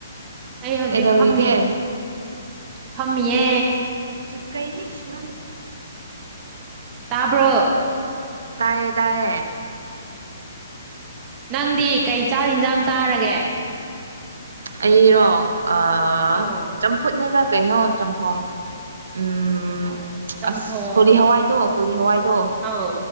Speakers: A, on the right; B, on the right.
A: ꯑꯩ ꯍꯧꯖꯤꯛ
B: ꯀꯩꯗꯧꯔꯤꯒꯦ
A: ꯐꯝꯃꯤ ꯐꯝꯃꯤꯌꯦ
B: <unintelligible>
A: ꯇꯕ꯭ꯔꯣ
B: ꯇꯥꯏꯌꯦ ꯇꯥꯏꯌꯦ
A: ꯅꯪꯗꯤ ꯀꯩ ꯆꯥꯛ ꯏꯟꯁꯥꯡ ꯆꯥꯔꯒꯦ
B: ꯑꯩꯔꯣ ꯑꯥ
A: ꯑꯧ
B: ꯆꯝꯐꯨꯠꯅꯦꯗ ꯀꯩꯅꯣ ꯆꯝꯊꯣꯡ ꯎꯝ
A: ꯆꯝꯊꯣꯡ
B: ꯑꯁ ꯀꯣꯂꯤ ꯍꯋꯥꯏꯗꯣ ꯀꯣꯂꯤ ꯍꯋꯥꯏꯗꯣ
A: ꯑꯧ